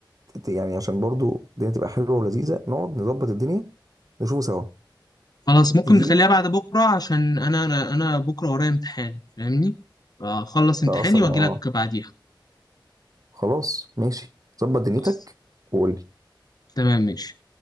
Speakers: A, on the right (about 45°); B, on the left (about 50°).
A: ت- يعني عشان برضه الدنيا تبقى حلوه ولذيذه نقعد نظبط الدنيا نشوفه سوا
B: خلاص ممكن
A: تجيلي
B: نخليها بعد بكرة عشان انا انا أنا بكرة ورايا امتحان فاهمني اخلص امتحاني
A: انت اصلا
B: واجي
A: اه
B: لك بعديها
A: خلاص ماشي ظبط دنيتك
B: خلاص
A: وقول لي
B: تمام ماشي